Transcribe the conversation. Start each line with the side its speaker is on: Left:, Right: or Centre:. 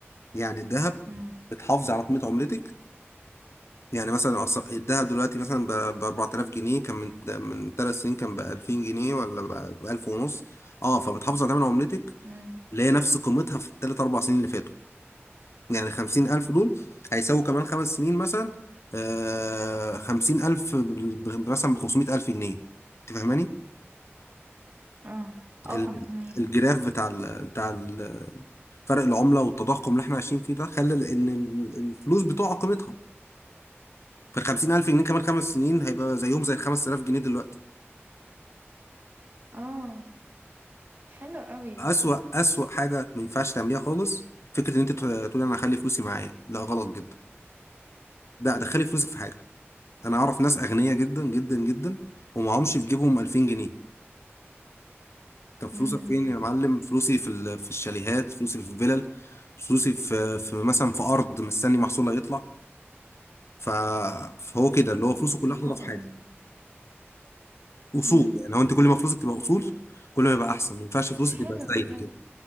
Left: يعني الذهب
Right: امم
Left: بتحافظي على قيمه عملتك يعني مثلا أص- الدهب دلوقتي مثلا ب 4000 جنيه كان من من ثلاث سنين كان ب 2000 جنيه ولا ب 1000 ونص اه فبتحافظ على تمن عملتك
Right: امم
Left: اللي هي نفس قيمتها في الثلاث اربع سنين اللي فاتوا يعني 50000 دول هيساووا كمان خمس سنين مثلا آه 50000 ب- ب- مثلا ب 500000 جنيه انت فاهماني
Right: اه اه
Left: ال-
Right: فاهمك
Left: الجراف بتاع ال بتاع ال فرق العملة والتضخم اللي احنا عايشين فيه ده خلى ان ال- الفلوس بتقع قيمتها فال 50000 جنيه كمان خمس سنين هيبقى زيهم زي ال 5000 جنيه دلوقتي
Right: اه حلو قوي
Left: أسوأ أسوأ حاجة ما ينفعش تعمليها خالص فكرة إن أنت تقول تقول أنا هخلي فلوسي معايا لا غلط جدا لا دخلي فلوسك في حاجة أنا أعرف ناس أغنياء جدا جدا جدا ومعهمش في جيبهم 2000 جنيه طب فلوسك
Right: امم
Left: فين يا معلم فلوسي في ال- في الشاليهات فلوسي في الفلل فلوسي في في مثلا في أرض مستني محصولها يطلع ف... فهو كده اللي
Right: الله
Left: هو فلوسه كلها
Right: حلو
Left: حاططها في
Right: قوي
Left: حاجة أصول
Right: امم
Left: يعني هو أنت كل ما فلوسك تبقى أصول كل ما يبقى أحسن ما ينفعش فلوسك
Right: حلو
Left: تبقى سايلة
Right: بجد
Left: كده